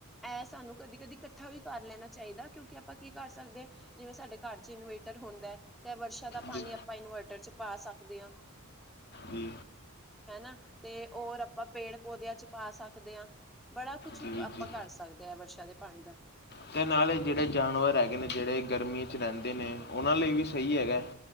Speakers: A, in the centre; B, on the left.
A: ਇਹ ਸਾਨੂੰ ਕਦੀ- ਕਦੀ ਇਕੱਠਾ ਵੀ ਕਰ ਲੈਣਾ ਚਾਹੀਦਾ। ਕਿਉਂਕਿ ਆਪਾਂ ਕੀ ਕਰ ਸਕਦੇ ਜਿਵੇਂ ਸਾਡੇ ਘਰ ਚ ਇਨਵੇਰਟਰ ਹੁੰਦਾ ਹੈ। ਤੇ ਵਰਸ਼ਾ ਦਾ ਪਾਣੀ
B: ਜੀ
A: ਆਪਾਂ ਇਨਵਰਟਰ ਚ ਪਾ ਸਕਦੇ ਹਾਂ।
B: ਹੂੰ।
A: ਹਨਾ, ਤੇ ਹੋਰ ਆਪਾਂ ਪੇੜ- ਪੌਦਿਆਂ ਚ ਪਾ ਸਕਦੇ ਹਾਂ। ਬੜਾ ਕੁਛ
B: ਜੀ
A: ਆਪਾਂ
B: ਜੀ
A: ਕਰ ਸਕਦੇ ਹਾਂ। ਵਰਸ਼ਾ ਦੇ ਪਾਣੀ ਦਾ।
B: ਅਤੇ ਨਾਲੇ ਜਿਹੜੇ ਜਾਨਵਰ ਹੈਗੇ ਨੇ। ਜਿਹੜੇ ਗਰਮੀਆਂ ਚ ਰਹਿੰਦੇ ਨੇ। ਉਹਨਾਂ ਲਈ ਵੀ ਸਹੀ ਹੈਗਾ।